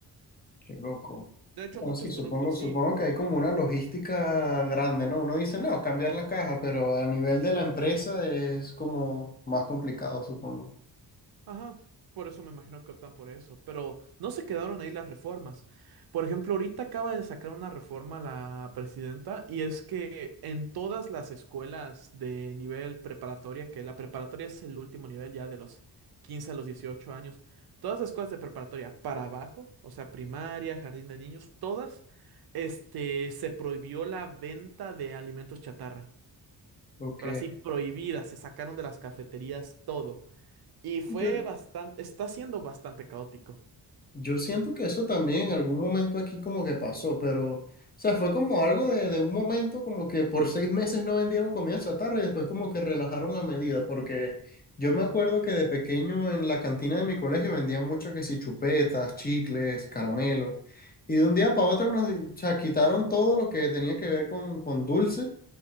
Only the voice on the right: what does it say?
De hecho,
muchos
productos
sí
Ajá, por eso me imagino que optan por eso, pero no se quedaron ahí las reformas. Por ejemplo, ahorita acaba de sacar una reforma la presidenta y es que en todas las escuelas de nivel preparatoria, que la preparatoria es el último nivel ya de los 15 a los 18 años, todas las escuelas de preparatoria para abajo, o sea, primaria, jardín de niños, todas, este, se prohibió la venta de alimentos chatarra,
pero así prohibida, se sacaron de las cafeterías todo. Y fue
bastante, está siendo bastante caótico.